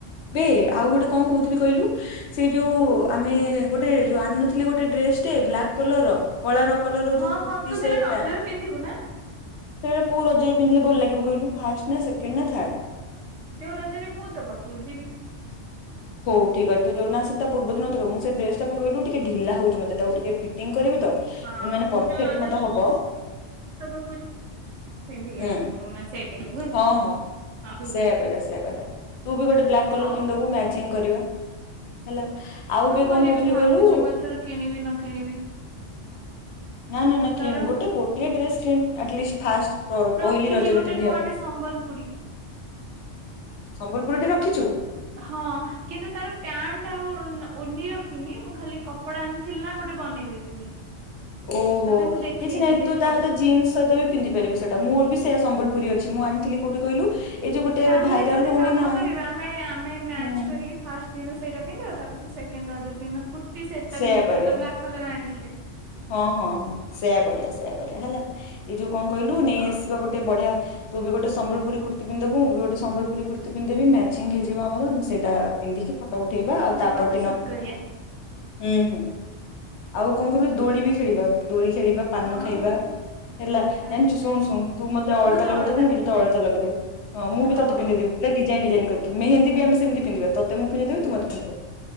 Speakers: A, on the left (about 70°); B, on the right (about 80°).
A: ବେ ଆଉ ଗୋଟେ କଣ କହୁଥିଲି କହିଲୁ? ସେଇ ଯୋଉଁ ଆମେ ଗୋଟେ ଯୋଉ ଆଣୁନଥିଲେ ଗୋଟେ ଡ୍ରେସ ଟେ ବ୍ଲାକ୍ କଲର ର। କଳାର କଲରର
B: ହଁ
A: ଯେଉଁ
B: ହଁ
A: କୁର୍ତ୍ତୀ
B: ତୁ ସେଟା
A: ସେଟ୍
B: ରଜରେ
A: ଟା।
B: ପିନ୍ଧିବୁ ନା
A: ସେଏ କୋଉ ରଜରେ ପିନ୍ଧିଲେ ଭଲ ଲାଗିବ କହିଲୁ? ଫାର୍ଷ୍ଟ ନା ସେକେଣ୍ଡ ନା ଥାର୍ଡ।
B: ଯୋଉ ରଜରେ ମୁଁ ତେ ପାଖୁକୁ ଯିବି।
A: ହଉ ଠିକ୍ ଅଛି ଯଉଦିନ ଆସିବୁ ତେ ପୂର୍ବଦିନ ମତେ କହିବୁ। ମୁଁ ଡ୍ରସ୍ ଟା କିନ୍ତୁ ଟିକ ଢିଲା ହଉଛି ମତେ, ତାକୁ ଟିକେ ଫିଟ୍ ଇଙ୍ଗ୍ କରିବ ତ।
B: ହଁ
A: ମାନେ
B: ମୁଁ
A: ପରଫେକ୍ଟ
B: ଯୋଉ ରଜରେ
A: ମତେ ହବ।
B: ତୋ ପାଖକୁ ଯିବି ପିନ୍ଧିକି
A: ହୁଁ।
B: ଆସିବୁ ମାନେ ସେଇ ପିନ୍ଧିବୁ ହେଲା।
A: ହଁ ହଁ।
B: ହଁ ଠିକ
A: ସେହିୟା
B: ଅଛି
A: କରିବା। ସେହିୟା କରିବା। ତୁ ବି ଗୋଟେ ବ୍ଲାକ୍ କଲର
B: ହଉ
A: ପିନ୍ଧିଦେବୁ, ମେଚ୍ ଙ୍ଗ୍ କରିବା। ହେଲା। ଆଉ ମୁଁ କଣ
B: କରିବି
A: କହୁଥିଲି
B: ଭାବୁଛି
A: କହିଲୁ?
B: ମୁଁ ଏଥର କିଣିବି ନ କିଣିବି।
A: ନା ନା ନା
B: କାରଣ
A: କିଣି। ଗୋଟେ ଗୋଟିଏ ଡ୍ରେସ କିଣ୍। ଅଟ୍ ଲିଷ୍ଟ୍ ଫାସଟ୍ ପ
B: ରଖିଛି
A: ପହିଲି ରଜରେ
B: ଗୋଟେ
A: ପିନ୍ଧିବା
B: ନୂଆଟେ
A: ପାଇଁ।
B: ସମ୍ବଲପୁରୀ
A: ସମ୍ବଲପୁରୀ ଟି ରଖିଛୁ।
B: ହଁ। କିନ୍ତୁ ତାର ପ୍ୟାଣ୍ଟ ଆଉ ଓରନି ରଖିନି। ମୁଁ ଖାଲି କପଡା ଆଣିଥିଲି ନା ଗୋଟେ ବନେଇ ଦେଇଥିଲି।
A: ଓହୋ।
B: ତତେ ମୁଁ ଦେଖେଇନି
A: କିଛି ନାଇଁ,
B: ଦେଖେଇବି।
A: ତୁ ତା ସହିତ ଜିନ୍ସ ସହିତ ବି ପିନ୍ଧି ପାରିବୁ ସେଇଟା। ମୋର ବି ସେ ସମ୍ବଲପୁରୀ ଅଛି। ମୁଁ ଆଣିଥିଲି କୋଉଠି କହିଲୁ? ଏଇ ଯୋଉ ଗୋଟେ
B: ତାହା
A: ଏବେ
B: ହେଲେ
A: ଭାଇରାଲ
B: ଗୋଟେ
A: ହଉନି
B: କାମ
A: ନା
B: କରିବା। ଆମେ ଆମେ ମ୍ୟାଚ୍
A: ହୁଁ
B: କରିକି ଫାଷ୍ଟ ଦିନ ସେଇଟା ପିନ୍ଧିବା ତାପରେ ତୁ ସେକେଣ୍ଡ ରଜ ଦିନ କୁର୍ତୀ ସେଟା
A: ସେୟା
B: ପିନ୍ଧିବୁ
A: କରିବା
B: ଯୋଉଟା ବ୍ଲାକ୍ କଲର ଆଣିଥିଲେ।
A: ହଁ ହଁ ହଁ ସେଇୟା କରିବା ସେଇୟା କରିବା ହେଲା ଏଇ ଯୋଉ କଣ କହିଲୁ ନେଇ
B: ହଁ
A: ଆସିବା ଗୋଟେ ବଢିଆ ତୁ ବି ଗୋଟେ ସମ୍ବଲପୁରୀ କୁର୍ତ୍ତୀ ପିନ୍ଧି ଦବୁ ମୁଁ ବି ଗୋଟେ ସମ୍ବଲପୁରୀ କୁର୍ତ୍ତୀ ପିନ୍ଧି ଦେବି ମ୍ୟାଚିଙ୍ଗ୍ ହେଇଯିବ ଆମର ସେଟା ପିନ୍ଧିକି ଫଟୋ ଉଠେଇବା ଆଉ
B: ଆମେ
A: ତା
B: ଫଟୋ
A: ପର ଦିନ
B: ସୁଟ କରିବା
A: ହୁଁ ହୁଁ ଆଉ କଣ କହିଲୁ ଦୋଳି ବି ଖେଳିବା ଦୋଳି ଖେଳିବା ପାନ
B: ହଁ
A: ଖାଇବା? ହେଲା
B: ହଁ
A: ଜାଣିଛୁ
B: ଠିକ
A: ଶୁଣୁ
B: ଅଛି
A: ଶୁଣ ତୁ ମତେ ଅଳତା
B: ମୁଁ ତ
A: ଲଗେଇ ଦେବୁ ମୁବି
B: ପିନ୍ଧିଦେବି
A: ତତେ ଅଳତା ଲଗେଇଦେବି ହଁ ମୁଁ ବି
B: ହଉ।
A: ତତେ ପିନ୍ଧେଇଦେବି। ପୁରା ଡିଜାଇନ୍ ଡିଜାଇନ୍ କରିକି ମେହେନ୍ଦି ବି ଆମେ ସେମିତି ପିନ୍ଧିବା ତତେ ମୁଁ ପିନ୍ଧେଇ ଦେବି ତୁ ମୋତେ ପିନ୍ଧେଇ ଦେବୁ।